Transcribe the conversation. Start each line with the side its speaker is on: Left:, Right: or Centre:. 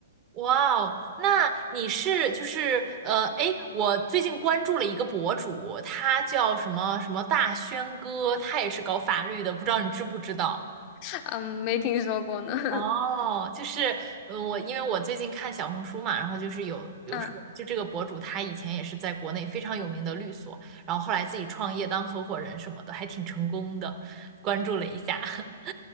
Right: 哇哦，那你是就是呃，哎，我最近关注了一个博主，他叫什么什么大轩哥，他也是搞法律的，不知道你知不知道？
Left: <laughs> 嗯，没听说过呢。<laughs>
Right: 哦，就是嗯，我因为我最近看小红书嘛，然后就是有有说，
Left: 嗯
Right: 就这个博主他以前也是在国内非常有名的律所，然后后来自己创业当合伙人什么的，还挺成功的，关注了一下。<laughs>